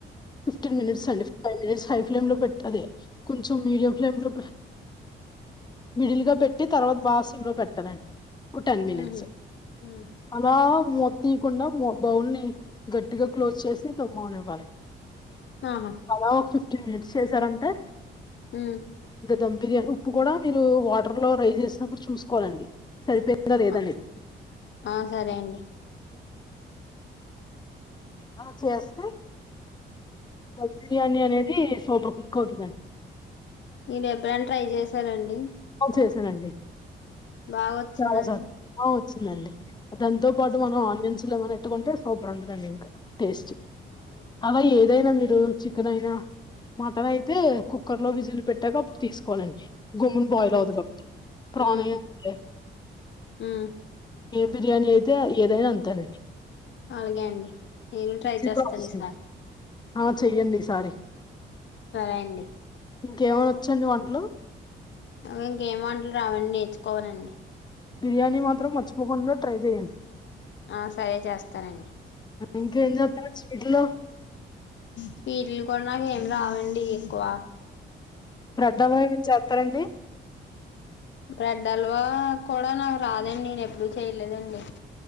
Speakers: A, on the left; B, on the left.
A: ఫిఫ్టీన్ మినిట్స్
B: ఉమ్
A: అండి ఫైవ్ మినిట్స్ ఫై్ ఫ్లేమ్ లో పెట్టది కొంచెం మీడియం ఫ్లేమ్ లో మిడిల్ గా పెట్టి తర్వాత వాసి లో పెట్టానండి టెన్ మినట్స్
B: ఉహు ఉమ్
A: అలా మ తీయకుండా బౌల్ ని గట్టిగా క్లోజ్ చేసి తుమ్మని ఇవ్వాలి
B: ఆహా
A: అలా ఒక ఫిఫ్టీన్ మినిట్స్ చేసారంటే
B: ఉమ్
A: ఇంకా దమ్ బిర్యానీ ఉప్పు కూడా మీరు వాటర్ లో రైస్ చేసినప్పుడు చూసుకోవాలండి సరిపోయిందా లేదనేది
B: ఆ ఆ సరే అండి
A: అ చేేస్తే ధమ్ బిర్యానీ అనేది సూపర్ కుక్ అవుతుందండి
B: మీరు ఎప్పురని ట్రై చేసారంండి
A: అవును చేసానండి
B: బాగా వచ్చిందండి
A: చాలా బాగా వచ్చిందండి దాంతో పాటు మనం ఆనియన్స్ లో ఏమనా ఎట్టుకుంటే సూపర్ ఉంటుదండి ఇంకా టేస్ట్
B: అవునండి
A: అవ ఏదైనా మీ గోంగూర చికెన్ అయినా మటన్ అయితే కుక్కర్లో విజిల్ పెట్టాక తీసుకోవాలండి గోంగ్ బయిల్
B: ఉమ్
A: అవ్వదు కాబట్టి ప్రాన్
B: ఉమ్
A: అయిన
B: ఉమ్
A: బిర్యానీ అయితే ఏదైనా అంతేనండి
B: అలాగే అండి నేను ట్రై
A: ఈజీ
B: చేస్తాను
A: ప్రాసెస్
B: ఈసారి
A: అండి. ఆ చెయ్యడి ఈ సారి
B: సరే అండి
A: ఇంకేమైనా వచ్చండి వంటట్లో
B: ను ఇంకేం వంటలు రావండి నేర్చుకోవాలండి
A: బిర్యానీ మాత్రం మర్చిపోకుండా ట్రై చేయండి
B: ఆ సరే చేస్తానండి
A: ఇంకేం చేస్తుర్రు చీకట్లో
B: స్వీట్లు కూడా నాక ఏం రావండి ఎక్కువ
A: బ్రెడ్ హల్వా ఏమైనా చేస్తారండి?
B: బ్రెడ్ హల్వా కూడా నాకు రాదండి నేను ఎప్పుడు చేయలేదండి